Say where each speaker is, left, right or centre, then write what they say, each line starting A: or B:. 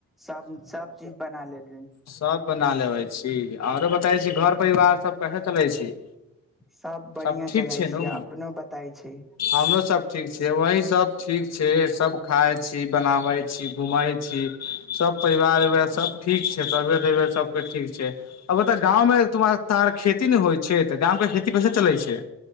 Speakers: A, in the centre; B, on the left (about 60°).
A: सब, सब चीज बना लेल
B: सब। ना लेबे छी आरो बताबै छी घर परिवार सब कैसे चलै छी।
A: सभ बढ़िआँ
B: सब ठीक
A: चलै
B: छै
A: छियै
B: नू
A: अपनो बताइ छै।
B: हमरो सब ठीक छै वही सब ठीक छै, सब खाय छी, बनावे छी, घूमे छी, सब परिवार-उरवार सब ठीक के तबियत-अबियत सबकुछ ठीक छै। अभी त गाँव मे <unintelligible> तार खेती नै होय छै तऽ गाम के खेती कैसे चलै छै।